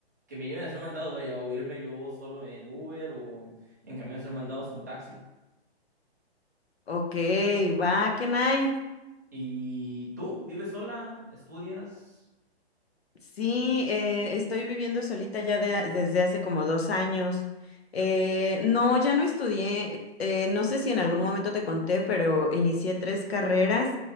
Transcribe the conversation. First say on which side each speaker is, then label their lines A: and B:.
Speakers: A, on the right (about 15°); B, on the left (about 65°).
A: que me lleven a hacer mandados, vaya, o irme yo solo en Uber o en camión a hacer mandados o en taxi.
B: Ok, va, qué nice.
A: ¿Y tú vives sola? ¿Estudias?
B: Sí, eh, estoy viviendo solita ya de desde hace como dos años. Eh, no, ya no estudié. eh, no sé si en algún momento te conté, pero inicié tres carreras